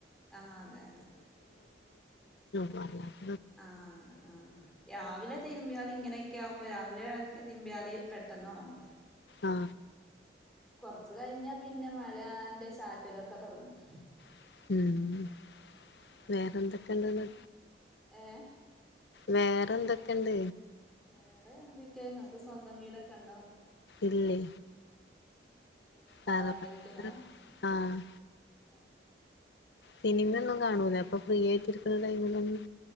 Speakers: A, in the centre; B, on the left.
A: ആഹ് അതെ അങ്ങനെ
B: <unintelligible> <unintelligible>
A: ആ അങ്ങനെ ആ രാവിലെ തിരുമ്പ്യാല് ഇങ്ങനെ നൊക്കെ ആകുമ്പോ രാവിലെ തിരുമ്പ്യാല് പെട്ടെന്ന് ഒണങ്ങും
B: ആ
A: കൊറച്ച് കഴിഞ്ഞാ പിന്നെ മഴന്റെ ചാറ്റലൊക്കെ തൊടങ്ങും
B: ഉം വേറെന്തൊക്കെണ്ട്ന്ന്
A: പിന്നെ ഏ
B: വേറെ എന്തൊക്കെണ്ട്
A: വേറെ എന്തൊക്കെ ഇങ്ങക്ക് സ്വന്തം വീടൊക്കെണ്ടോ
B: ഇല്ലേ
A: <inaudible> തറവാട്
B: തറവാ
A: വീട്ടിലാ
B: ആഹ്
A: ഏ
B: സിനിമയൊന്നും കാണൂല അപ്പൊ ഫ്രീ ആയിട്ടിരിക്കുന്ന ടൈമിലൊന്നും